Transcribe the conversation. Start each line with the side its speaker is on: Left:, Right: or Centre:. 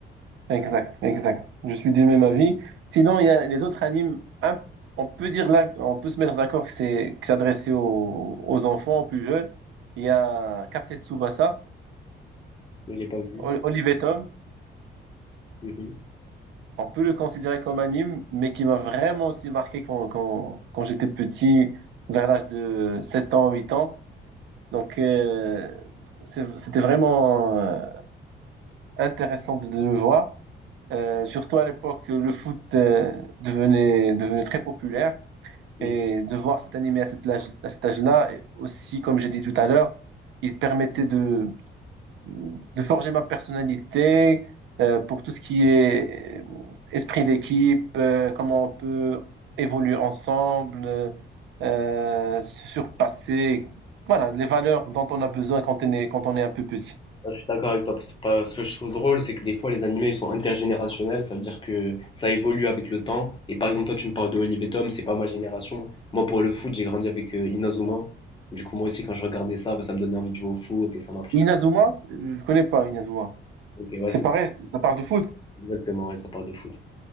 Right: Exact, exact. Je suis du même avis. Sinon, il y a les autres animes, un- on peut dire là, on peut se mettre d'accord que c'est que c'est adressé aux, aux enfants, aux plus jeunes. Il y a Captain Tsubasa,
Left: Je ne l'ai pas vu.
Right: Ol- Olive et Tom.
Left: Mhm,
Right: On peut le considérer comme anime, mais qui m'a vraiment aussi marqué quand, quand, quand j'étais petit, vers l'âge de 7 ans, 8 ans. Donc, euh, c'est- c'était vraiment euh, intéressant de, de le voir. Euh, surtout à l'époque, le foot euh, devenait, devenait très populaire.
Left: mhm.
Right: Et de voir cet animé à cet âge, à cet âge-là, et aussi, comme j'ai dit tout à l'heure, il permettait de, de forger ma personnalité euh, pour tout ce qui est euh, esprit d'équipe, euh, comment on peut évoluer ensemble, euh, euh, se surpasser, voilà, les valeurs dont on a besoin quand on est, quand on est un peu petit.
Left: Ah, Je suis d'accord avec toi, parce que pas- ce que je trouve drôle, c'est que des fois les animés ils sont intergénérationnels, ça veut dire que ça évolue avec le temps. Et par exemple, toi tu me parles de Olive et Tom, c'est pas ma génération. Moi pour le foot, j'ai grandi avec euh, Inazuma. Du coup, moi aussi, quand je regardais ça, bah, ça me donnait envie de jouer au foot et ça m'a pris.
Right: Inazuma, euh, je connais pas Inazuma.
Left: Ok, ouais,
Right: C'est
Left: c'est-
Right: pareil, ça parle de foot.
Left: exactement, ouais, ça parle de foot.